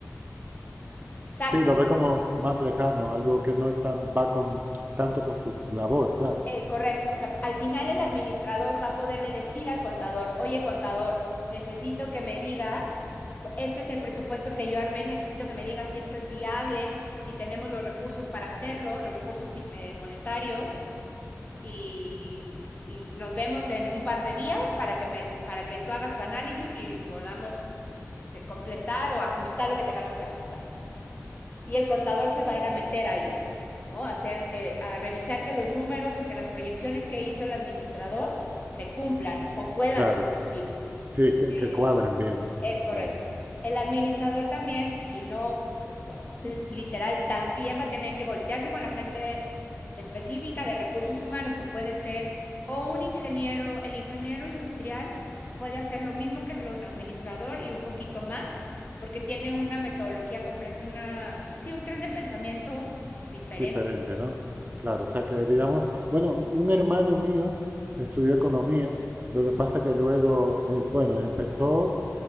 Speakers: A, on the left; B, on the right.
A: Exacto,
B: sí, lo ve como más lejano, algo que no es tan, va con, tanto con su labor, claro,
A: es correcto. O sea, al final el administrador va a poderle decir al contador, oye contador, necesito que me digas, este es el presupuesto que yo armé, necesito que me digas si esto es viable, si tenemos los recursos para hacerlo, los recursos eh, monetarios, y, y nos vemos en un par de días para que, me, para que tú hagas tu análisis y podamos este, completar o ajustar lo que tengamos que ajustar. Y el contador se va a ir a meter ahí, ¿no? A, hacer, eh, a revisar que los números o que las proyecciones que hizo el administrador se cumplan o puedan
B: claro,
A: ser posibles.
B: sí, que,
A: Eh,
B: que cuadren bien, ¿no?
A: es correcto.
B: Claro,
A: El administrador también, si no, o sea, literal, también va a tener que voltearse con la gente específica de recursos humanos, que puede ser o un ingeniero, el ingeniero industrial puede hacer lo mismo que el administrador y un poquito más, porque tiene una metodología completa, una, sí, un tren de pensamiento diferente.
B: diferente, ¿no? Claro, o sea que, digamos, bueno, un hermano mío estudió economía, lo que pasa que luego, eh, bueno, él empezó...